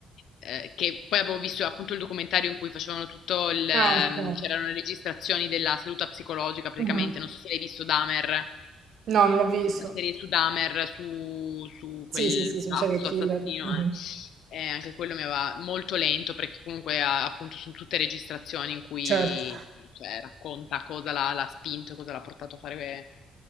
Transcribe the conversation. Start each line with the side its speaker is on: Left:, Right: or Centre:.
Left: eh, che poi avevo visto appunto il documentario in cui facevano tutto il, ehm,
Right: Ah, ok.
Left: c'erano le registrazioni della seduta psicologica praticamente,
Right: Mhm.
Left: non so se l'hai visto Dahmer,
Right: No, non l'ho visto.
Left: la serie su Dahmer, su, su
Right: Sì,
Left: quel
Right: sì, sì, sono
Left: pazzo
Right: serial killer.
Left: assassino,
Right: Mhm.
Left: eh. E anche quello mi aveva molto lento perché comunque ha- appunto sono tutte registrazioni in cui
Right: Certo.
Left: cioè, racconta cosa l'ha l'ha spinto, cosa l'ha portato a fare que-